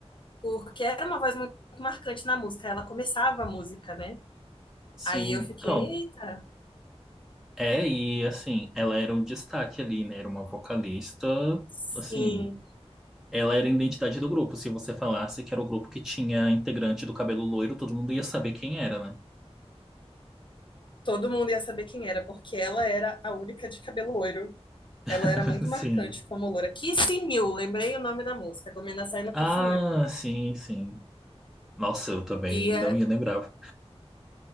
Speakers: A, on the left (about 45°); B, in the centre.
A: porque era uma voz muito marcante na música. Ela começava a música, né?
B: Sim.
A: Aí eu fiquei,
B: não.
A: eita,
B: É, e assim, ela era um destaque ali, né? Era uma vocalista,
A: sim.
B: assim, ela era a identidade do grupo. Se você falasse que era o grupo que tinha integrante do cabelo loiro, todo mundo ia saber quem era, né?
A: Todo mundo ia saber quem era, porque ela era a única de cabelo loiro. Ela
B: <laughs>
A: era muito
B: Sim.
A: marcante como loura. Kissing You, lembrei o nome da música. Gomena saiu no
B: Ah,
A: Kissing You.
B: sim, sim. Nossa, eu também
A: E,
B: não ia lembrar.